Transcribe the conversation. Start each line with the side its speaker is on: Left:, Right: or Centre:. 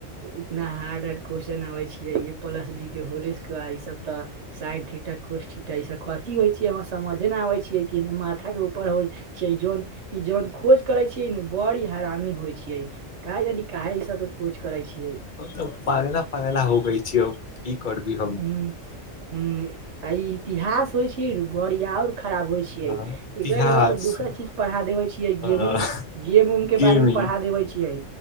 Right: उतना हार्ड हार्ड क्वेश्चन आबै छियै प्लस बी के होल स्क्वायर ई सब तऽ साइन थीटा, कोस थीटा कथी होइ छियै हमे समझे नहि आबै छियै कि नहि माथा के ऊपर होइ छै ई जौन ई जौन खोज करे छियै ने बड़ी हरामी होइ छै। काहे जाने के ई सब के खोज करै छियै।
Left: हम तऽ पगला पागला हो गई छी हम, की करबै हम।
Right: ई इतिहास होइ छै बड़िया और खराब होइ छै। छियै
Left: हँ, इतिहास
Right: एकरा जगह पर दोसर चीज पढ़ा देबै छियै
Left: हँ,
Right: गेमिंग गेम उम के
Left: गेमिंग
Right: बारेमे पढ़ा देबै छियै।